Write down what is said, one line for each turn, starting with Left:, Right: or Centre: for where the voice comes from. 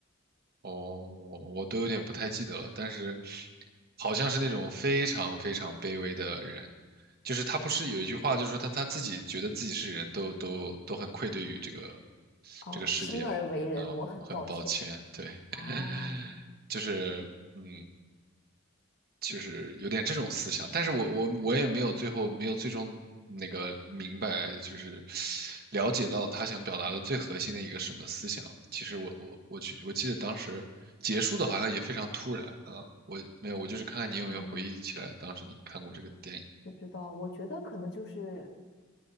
Right: 哦，我都有点不太记得了，但是好像是那种非常非常卑微的人，就是他不是有一句话，就是说他他自己觉得自己是人都都都很愧对于这个
Left: 哦，
Right: 这个世界嘛，
Left: 生而为人，
Right: 啊，
Left: 我很抱歉。
Right: 我很抱歉，对，
Left: 哦，
Right: <laughs> 就是。嗯，就是有点这种思想，但是我我我也没有最后没有最终那个明白，就是了解到他想表达的最核心的一个什么思想。其实我我我去我记得当时结束的好像也非常突然啊，我没有，我就是看看你有没有回忆起来当时你看过这个电影。
Left: 嗯。不知道，我觉得可能就是